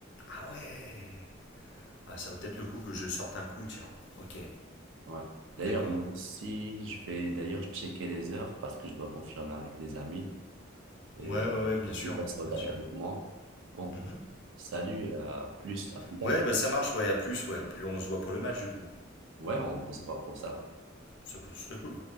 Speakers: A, on the left (about 60°); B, on the right (about 70°).
A: Ah ouais! Ah, ça vaut peut-être le coup que je sorte un coup, tiens. Ok,
B: Ouais. D'ailleurs,
A: d'accord.
B: moi aussi, je vais d'ailleurs checker les heures parce que je dois confirmer avec des amis. Et
A: Ouais, ouais, ouais, bien
B: pour
A: sûr,
B: qu'ils passent regarder
A: bien sûr.
B: avec moi. Bon,
A: Mhm.
B: salut et à plus, à plus tard.
A: Ouais, bah ça marche, ouais, à plus, ouais. Puis on se voit pour le match, du coup.
B: Ouais, on peut se voir pour ça.
A: Ça peut- serait cool.